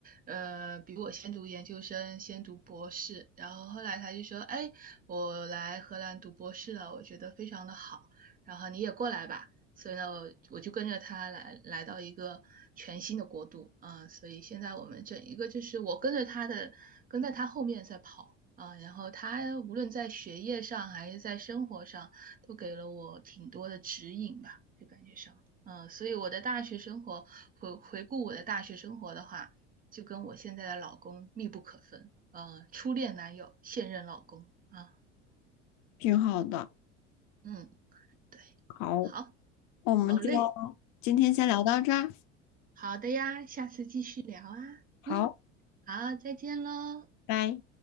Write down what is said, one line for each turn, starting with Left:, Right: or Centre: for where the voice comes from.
Right: 呃，比我先读研究生，先读博士，然后后来他就说，哎，我来荷兰读博士了，我觉得非常的好，然后你也过来吧，所以呢，我我就跟着他来来到一个全新的国度啊，所以现在我们整一个就是我跟着他的，跟在他后面在跑。啊，然后他无论在学业上还是在生活上。都给了我挺多的指引吧，就感觉上，嗯，所以我的大学生活，回回顾我的大学生活的话，就跟我现在的老公密不可分，呃，初恋男友，现任老公啊，
Left: 挺好的。
Right: 嗯，对，
Left: 好，
Right: 好，
Left: 我们就
Right: 好嘞，
Left: 今天先聊到这儿。
Right: 好的呀，下次继续聊啊，
Left: 好，
Right: 嗯，好，再见喽。
Left: 拜。